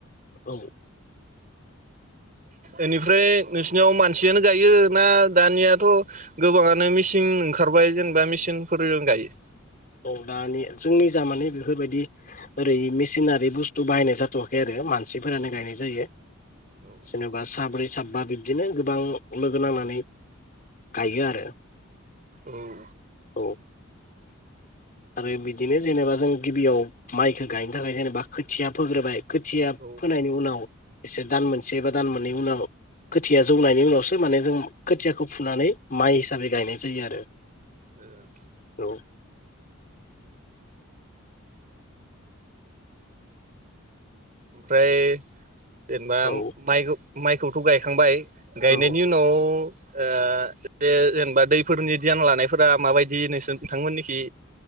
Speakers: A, on the left; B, on the right.
A: औ।
B: इनिफ्राय नोंसिनियाव मानसियानो गायो ना दानियाथ' गोबाङानो मेचिन ओंखारबाय जेनेबा मेचिनफोरजों गायो?
A: औ दानि जोंनि जा माने बेफोरबायदि ओरै मेसिनारि बुस्थु बाहायनाय जाथ'वाखै आरो मानसिफोरानो गायनाय जायो।
B: औ
A: जेनबा साब्रै सा साबबा बिब्दिनो गोबां लोगो नांनानै गायो आरो
B: उम
A: औ आरो बिदिनो जेनेबा जों गिबियाव माइखो गायनो थाखाय जेनेबा खोथिया फोग्रोबाय खोथिया
B: ओ
A: फोनायनि उनाव एसे दान मोनसे बा दान मोननै उनाव खोथिया जौनायनि उनावसो सो माने जों खोथियाखौ फुनानै माइ हिसाबै गायनाय जायो आरो
B: ओं
A: औ
B: ओमफ्राय जेनेबा
A: औ
B: माइखौ माइखौथ गायखांबाय गायनायनि
A: औ
B: उनाव आ दे जेनेबा दैफोरनि धियान लानायफोरा माबायदि नोंसोर नोंथांमोननिखि